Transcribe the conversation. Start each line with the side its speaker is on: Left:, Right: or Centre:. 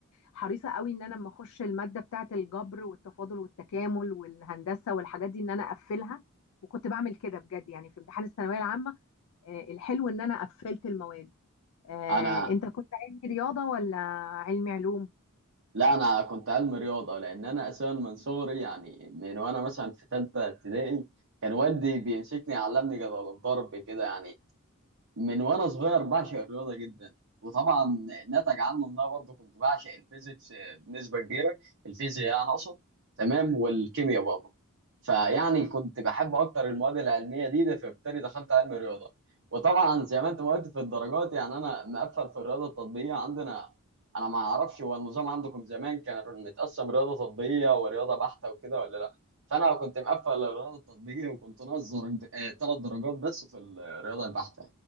Left: حريصه قوي ان انا لما اخش الماده بتاعه الجبر والتفاضل والتكامل والهندسه والحاجات دي ان انا اقفلها وكنت بعمل كده بجد يعني في امتحان الثانويه العامه آه، الحلو ان انا قفلت المواد آه،
Right: انا
Left: انت كنت علمي رياضه ولا علمي علوم
Right: لا انا كنت علم رياضه لان انا اساسا من صغري يعني من وانا مثلا في ثالثه ابتدائي كان والدي بيمسكني يعلمني جدول الضرب كده يعني من وانا صغير بعشق الرياضه جدا وطبعا نتج عنه ان انا برضه كنت بعشق الفيزيكس بنسبه كبيره الفيزياء يعني اقصد تمام والكيمياء برضه فيعني كنت بحب اكتر المواد العلميه دي ده فبالتالي دخلت علم الرياضه وطبعا زي ما انت ما قلت في الدرجات يعني انا مقفل في الرياضه التطبيقيه عندنا انا ما اعرفش هو النظام عندكم زمان كان متقسم رياضه تطبيقيه ورياضه بحته وكده ولا لا فانا كنت مقفل الرياضه التطبيقيه وكنت ناقص درجت- آه، ثلاث درجات بس في الرياضه البحته